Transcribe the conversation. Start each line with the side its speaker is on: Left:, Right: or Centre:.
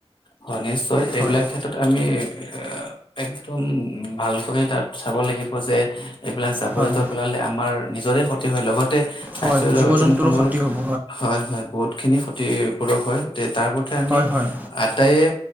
Left: হয়, নিশ্চয়, এইবিলাক
Right: হয়
Left: ক্ষেত্ৰত আমি। এ, একদম ভালকৈ তাত, চাব লাগিব যে এইবিলাক জাৱৰ-জোঁথৰ
Right: হয়
Left: পেলালে, আমাৰ নিজৰে ক্ষতি হয়, লগত। ৰাষ্ট্ৰীয়
Right: হয় জীৱ
Left: উদ্যানখনৰ
Right: জন্তুৰো ক্ষতি হ'ব
Left: হয়, হয়, বহুতখিনি ক্ষতিপূৰণ হয়, গোটেই। তাৰ প্ৰতি, আমি।
Right: হয় হয়
Left: আটাইয়ে